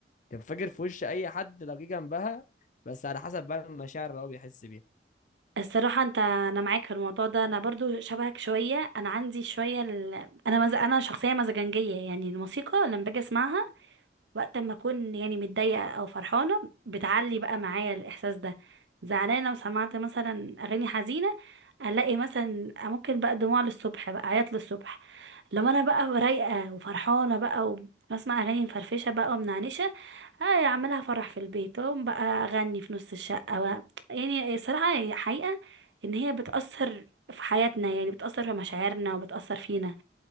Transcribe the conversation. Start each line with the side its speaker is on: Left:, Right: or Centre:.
Left: تنفجر في وش اي حد لو جه جنبها بس على حسب بقى المشاعر اللي هو بيحس بيها
Right: الصراحة انت انا معاك في الموضوع ده انا برضو شبهك شوية انا عندي شوية ال... انا مز... انا شخصية مزاجنجية يعني الموسيقى لما باجي اسمعها وقت ما اكون يعني متضايقه او فرحانه بتعلي بقى معايا الاحساس ده زعلانه وسمعت مثلا اغاني حزينه الاقي مثلا ممكن بقى دموع للصبح بقى عياط للصبح لما انا بقى رايقه وفرحانه بقى وبسمع اغاني مفرفشه بقى ومنعنشه آه اعملها فرح في البيت واقوم بقى اغني في نص الشقه و... يعني الصراحه حقيقه ان هي بتاثر في حياتنا يعني بتاثر في مشاعرنا وبتاثر فينا